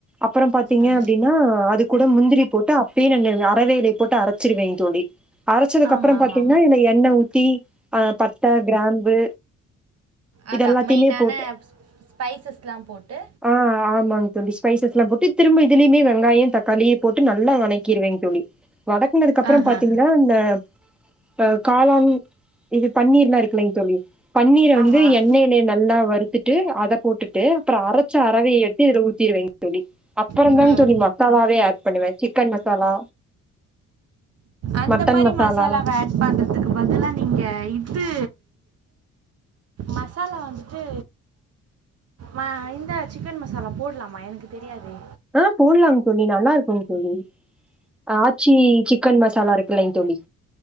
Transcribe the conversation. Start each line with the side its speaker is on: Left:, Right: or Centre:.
Centre: அப்புறம் பாத்தீங்க
Right: ம்
Centre: அப்டின்னா அது கூட முந்திரி போட்டு அப்பயே நா அரவேலைய போட்டு அரைச்சிருவேங்க தோழி அரைச்சதுக்கு
Right: ஆமாம்
Centre: அப்புறம் பாத்தீங்கன்னா
Right: ஆமாம் ஆமாம்
Centre: இல்ல எண்ணெய் ஊத்தி அ பட்ட கிராம்பு
Right: அதான்
Centre: இது எல்லாத்தையுமே
Right: மெயினான
Centre: போட்டு
Right: ஸ்பைஸஸ்லாம் போட்டு
Centre: ஆ ஆமாங்க தோழி ஸ்பைசஸ் எல்லா போட்டு திரும்ப இதுலேயு வெங்காயோ தக்காளி போட்டு நல்லா வணக்கிருவங் தோழி வதக்குனதுக்கு அப்புற
Right: ஆஹா
Centre: பாத்தீங்கன்னா இந்த அ காளான் இது பண்ணி ர்லா இருக்குலைங்க தோழி பன்னீர வந்து
Right: ஆமாம்
Centre: எண்ணெயில நல்லா வறுத் த்துட்டு அத போட்டுட்டு அப்புறோ அரச்ச அரவைய எடுத்து இதுல ஊத்திருவேங்க தோழி அப்பறந்தா
Right: ம்
Centre: தோழி மசாலாவே ஆட் பண்ணுவே சிக்கன் மசாலா
Right: அந்த
Centre: மட்டன்
Right: மாரி
Centre: மசாலா
Right: மசாலாவ ஆட் பண்றதுக்கு பதிலா நீங்க இது மசாலா வந்துட்டு மா இந்த சிக்கன் மசாலா போட்லாமா எனக்கு தெரியாதே
Centre: ஆ போடலாங் தோழி நல்லா இருக்கு தோழி ஆச்சி சிக்கன் மசாலா இருக்கிலைங் தோழி